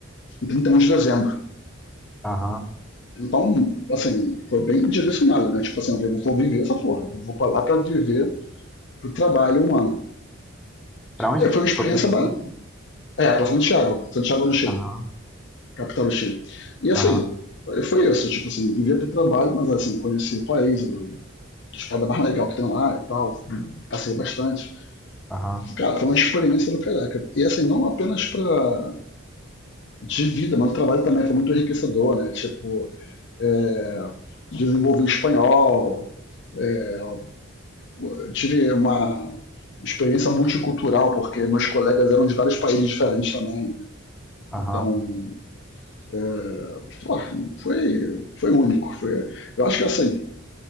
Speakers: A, on the left; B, in the centre.
A: em 31 de dezembro.
B: aham.
A: Então, assim, foi bem direcionado, né? Tipo assim, eu vou viver essa porra, eu vou pra lá pra viver pro trabalho um ano.
B: Pra onde
A: E
B: que
A: foi
B: tu
A: uma experiência
B: foi pro Chile?
A: ba- É, pra Santiago, Santiago do Chile,
B: Aham,
A: capital do Chile. E assim,
B: aham,
A: foi isso, tipo assim, vivia pro trabalho, mas assim, conheci o país, a estado mais legal que tem lá e tal, passei bastante.
B: aham,
A: Cara, foi uma experiência do caraca. E assim, não apenas pra, de vida, mas o trabalho também foi muito enriquecedor, né? Tipo, é, desenvolvi o espanhol, é, eu tive uma experiência multicultural, porque meus colegas eram de vários países diferentes também, né?
B: aham.
A: Então, é, pô, foi, foi único. Foi, eu acho que assim,